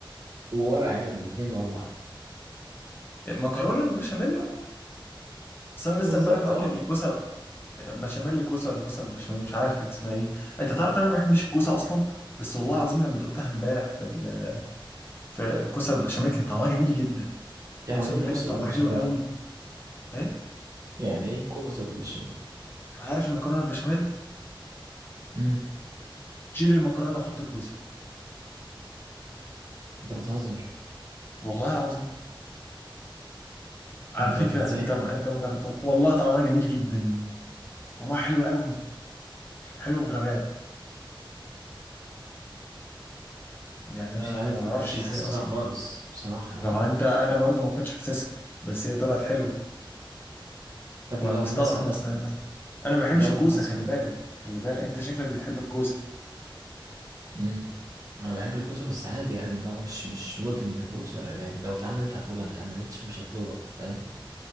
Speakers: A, on the right (about 40°); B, on the left (about 25°).
A: وورق عنب الاتنين مع بعض
B: مكرونه بالبشاميل و- بس انا لسه
A: بالظبط
B: امبارح واكل
A: اه
B: الكوسه بشاميل كوسه ولا كوسه بالبشاميل مش عارف كانت اسمها ايه انت تعرف ان انا ما بحبش الكوسه اصلا بس والله العظيم لما دقتها امبارح في ال... في كوسه بالبشاميل كان طعمها جميل جدا
A: يعني
B: اقسم
A: ايه
B: بالله
A: كوسه
B: كان طعمها
A: بالبشاميل
B: حلو قوي ايه
A: يعني ايه كوسه بالبشاميل
B: عارف المكرونه بالبشاميل
A: امم
B: شيل المكرونه وحط كوسه
A: انت بتهزر
B: والله العظيم على
A: الدر
B: فكره
A: ازاي
B: انت
A: يعني
B: انت ما جربتها والله طعمها جميل جدا طعمها حلو قوي حلو بغباء يعني
A: مش
B: انا
A: عارف
B: انا ما
A: لا
B: اعرفش
A: مش
B: ازاي
A: حاسسها
B: اصلا
A: خالص بصراحه يعني
B: لو انت انا
A: طب
B: برضه ما كنتش حاسسها بس هي طلعت حلوه
A: طب
B: هو
A: لو
B: انا مستغرب
A: مثلا
B: اصلا انا أنا ما بحبش
A: لو
B: الكوسه
A: مثلا
B: خلي بالك خلي بالك انت شكلك بتحب الكوسه
A: امم انا بحب الكوسه بس عادي يعني لو مش مش مدمن الكوسه يعني لو اتعملت هاكلها ما اتعملتش مش هطلبها فاهم